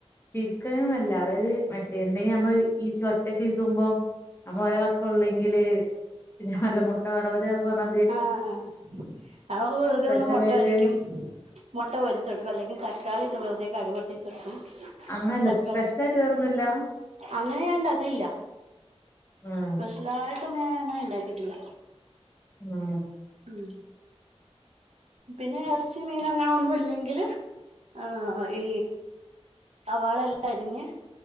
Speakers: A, on the left (about 20°); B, on the right (about 75°).
A: ചിരിക്കൻന്നല്ല അതായത് മറ്റേ എന്തെങ്കിലും നമ്മള് ഈ ഒറ്റക്ക് ഇരിക്കുമ്പോ നമ്മള് ഒരാളക്കെ ഉള്ളെങ്കില് അല്ല മുട്ട വരവധി ആക്കുവാന്ന
B: ആഹ് ആഹ് അപ്പോ വെറുതൊന്നും
A: സ്പെഷ്യൽ
B: മുട്ട
A: ആയിട്ട്
B: പൊരിക്കും മുട്ട വൊരിച്ചെടുക്കും അല്ലെങ്കിൽ തക്കാളിന്ന് വെുതെ കടുക് പൊട്ടിച്ചെടുക്കും
A: അങ്ങനെയല്ല
B: തക്കാളി
A: സ്പെഷ്യൽ ആയിട്ട് വേറൊന്നുല്ല
B: അങ്ങനെ ഞാൻ ഇണ്ടാക്കലില്ല
A: ഉം
B: സ്പെഷ്യലയിട്ടൊന്നും ഞാൻ അങ്ങനെ ഉണ്ടാക്കിയിട്ടില്ല
A: ഉം
B: ഉം പിന്നെ ഇറച്ചി മീൻ അങ്ങനെ ഒന്നും ഇല്ലെങ്കില് ആഹ് ഈ സവാള എല്ലാം അരിഞ്ഞ്